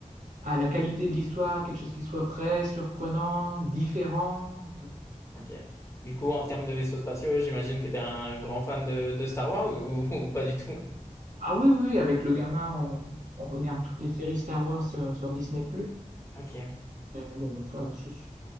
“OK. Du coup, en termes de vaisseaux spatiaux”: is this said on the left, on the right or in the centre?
Left